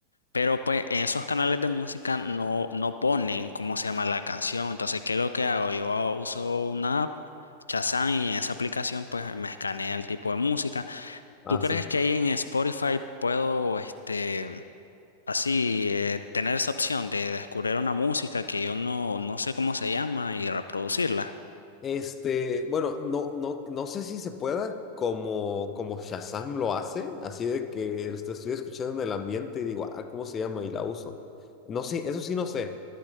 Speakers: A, on the left; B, on the left.
A: pero pues en esos canales de música no, no ponen cómo se llama la canción. Entonces, ¿qué es lo que hago? Yo hago- uso una app. Shazam y en esa aplicación pues me escanea el tipo de música.
B: Ah,
A: ¿Tú crees
B: sí.
A: que ahí en Spotify puedo este Así, eh, tener esa opción de descubrir una música que yo no, no sé cómo se llama y reproducirla.
B: Este, bueno, no, no, no sé si se pueda como, como Shazam lo hace, así de que esto estoy escuchando en el ambiente y digo, ah, ¿cómo se llama? Y la uso. No sé, eso sí no sé,